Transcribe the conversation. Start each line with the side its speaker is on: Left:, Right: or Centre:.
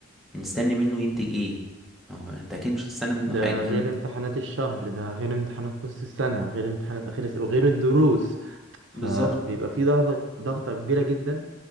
Centre: مستني منه ينتج ايه ما هو انت اكيد مش هتستنى منه
Right: ده
Centre: حاجة كان-
Right: غير امتحانات الشهر ده غير امتحانات نص السنه غير امتحانات اخر السنه وغير الدروس فبيبقى
Centre: بالظبط
Right: في ضغطه ضغطه كبيره جدا